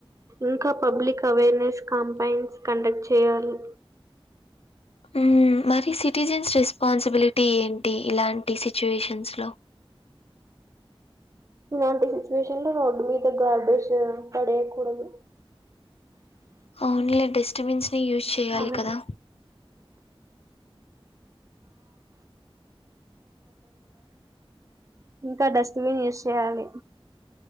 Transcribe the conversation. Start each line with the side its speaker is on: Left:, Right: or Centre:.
Right: ఇంకా పబ్లిక్ అవేర్నెస్ కాంపైన్స్ కండక్ట్ చేయాలి
Left: హూ మరి సిటిజన్స్ రెస్పాన్సిబిలిటీ ఏంటి ఇలాంటి సిచ్యుయేషన్స్లో
Right: ఇలాంటి సిచ్యువేషన్ లో రోడ్డు మీద గార్బేస్ పడేయకూడదు
Left: ఓన్లీ డిస్టబెన్సని యూజ్ చేయాలి
Right: కామెంట్
Left: కదా!
Right: ఇంకా డస్ట్ బిన్ యూజ్ చేయాలి